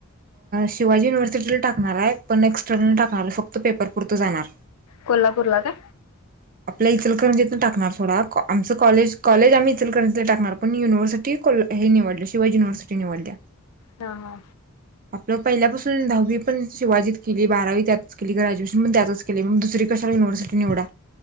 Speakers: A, on the right (about 40°); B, on the left (about 85°).
A: शिवाजी युनिव्हर्सिटीला टाकणार आहे पण एक्स्टर्नल ला टाकणार आहे फक्त पेपर पुरतं जाणार
B: कोल्हापूर ला का?
A: आपला इचलकरंजीतून टाकणार सोडा आमचं कॉज कॉलेज आम्ही इचलकरंजी टाकणार पण युनिव्हर्सिटी. हे निवडले शिवाजी युनिव्हर्सिटी निवडल्या.
B: हा हा.
A: आपलं पहिल्यापासून दहावी पण शिवाजीत केली बारावी त्यातच केली ग्रॅज्युएशन पण त्यातच केले मग दुसरी कशा युनिव्हर्सिटी निवडा